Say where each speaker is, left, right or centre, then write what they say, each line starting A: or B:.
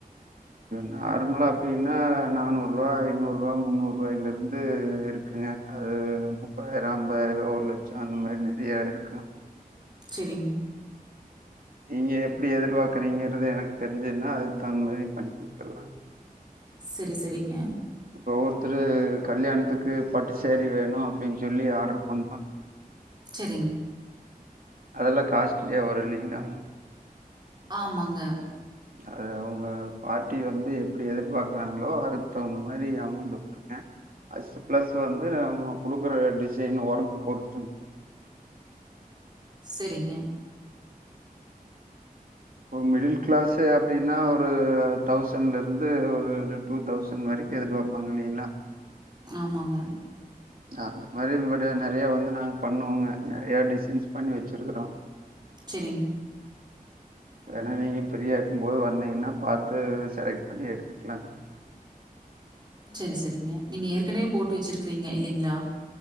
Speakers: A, on the right (about 70°); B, on the right (about 30°).
A: நார்மலா அப்டினா நானூற்வா ஐந்நூற்வா முன்னூற்வாயில இருந்து இருக்குங்க அது முப்பதாயிரம் ஐம்பதாயிரம் ஒரு லட்சம் அந்த மாரி நெறயா இருக்கு
B: செரிங்
A: நீங்க எப்டி எதிர் பாக்குறீங்கறது எனக்கு தெரிஞ்சுதுனா அதுக்கு தகுந்த மாரி பண்ணி் குடுத்ருலாங்க
B: செரி செரிங்க
A: இப்ப ஒவ்வொருத்துரு கல்யாணத்துக்கு பட்டு சாரி வேணு அப்டினு சொல்லி ஆர்டர் பண்ணுவா
B: செரிங்
A: அதெல்லா காஸ்ட்லியா வரு இல்லிங்கலா
B: ஆமாங்க
A: அது அவுங்க பார்ட்டி வந்து எப்டி எதிர்பாக்குறாங்களோ அதுக்கு தகுந்த மாரி அமௌண்ட் குடுப்ப அடுத்து பிளஸ் வந்து அவுங்க குடுக்குற டிசைன் ஒர்க் பொறுத்துங்க
B: செரிங்க
A: இப்ப மிடில் கிளாஸ்சு அப்டினா ஒரு தௌசண்ல இருந்து ஒரு டூ தௌசண் வரைக்கு எதிர் பாப்பாங்க இல்லிங்களா
B: ஆமாங்க
A: அந்த மாரி இவட நெறயா வந்து நாங்க பண்ணுவங்க நெறயா டிசைன்ஸ் பண்ணி வெச்சிருக்குறோ
B: செரிங்
A: வேன்னா நீங்க ஃப்ரீயா இருக்கும் போது வந்தீங்னா பாத்து செலக்ட் பண்ணி எடுத்துக்குலாங்
B: சரி, சரிங்க. நீங்க ஏற்கனவே போட்டு வெச்சுருக்குறீங்க இல்லிங்ளா